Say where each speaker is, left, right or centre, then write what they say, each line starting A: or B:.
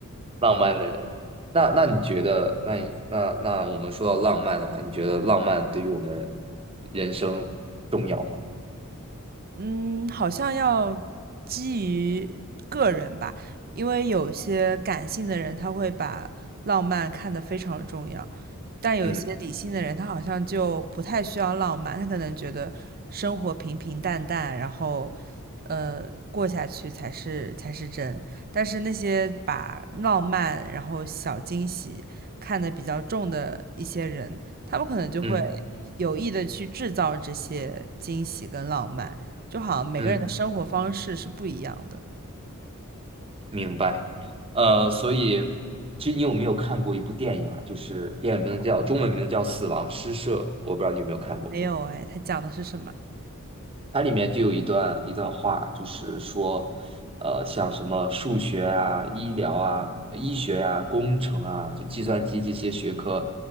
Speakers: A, on the right; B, on the right.
A: 浪漫的人。那那你觉得，那你那那我们说到浪漫的话，你觉得浪漫对于我们人生重要吗？
B: 嗯，好像要基于个人吧，因为有些感性的人他会把浪漫看得非常重要，但有一些理性的人他好像就不太需要浪漫，
A: 嗯
B: 他可能觉得生活平平淡淡，然后呃过下去才是才是真。但是那些把浪漫然后小惊喜看得比较重的一些人，他们可能就会
A: 嗯
B: 有意的去制造这些惊喜跟浪漫。就好像每个人的生活方式是不一样的。
A: 嗯。明白，呃，所以其实你有没有看过一部电影啊？就是电影名字叫中文名字叫《死亡诗社》，我不知道你有没有看过。
B: 没有哎，他讲的是什么？
A: 它里面就有一段一段话，就是说，呃，像什么数学啊、医疗啊、医学啊、工程啊，就计算机这些学科，